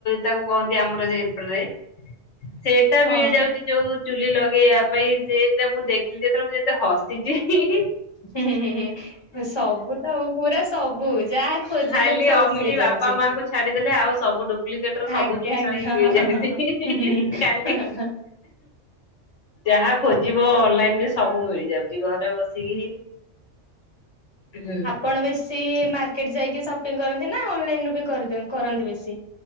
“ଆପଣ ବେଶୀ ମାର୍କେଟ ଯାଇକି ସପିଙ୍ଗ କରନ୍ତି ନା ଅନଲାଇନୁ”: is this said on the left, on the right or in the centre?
Left